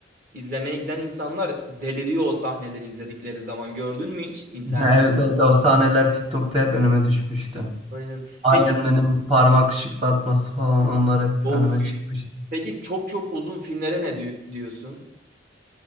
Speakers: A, on the right; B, on the right.
A: izlemeye giden insanlar deliriyor o sahneleri izledikleri zaman. Gördün mü hiç internet?
B: Ha, Evet evet o sahneler TikTok'ta hep önüme düşmüştü.
A: Aynen.
B: Iron
A: Peki
B: Man'in parmak şıklatması falan onlar hep
A: Çok
B: önüme
A: büyük.
B: çıkmıştı.
A: Peki çok çok uzun filmlere ne diy- diyorsun?